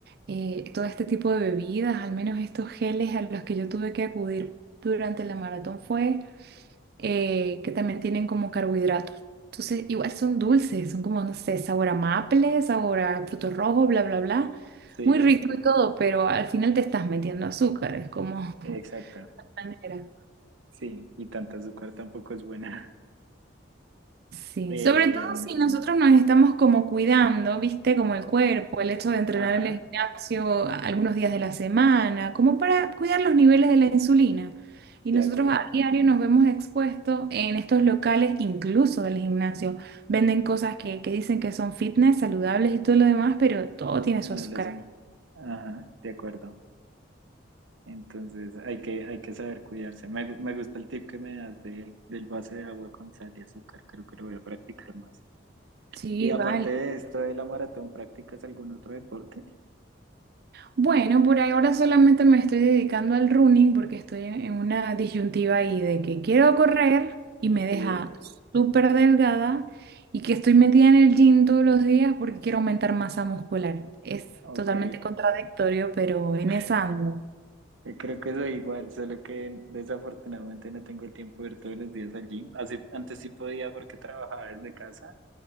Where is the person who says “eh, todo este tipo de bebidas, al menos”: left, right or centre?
Right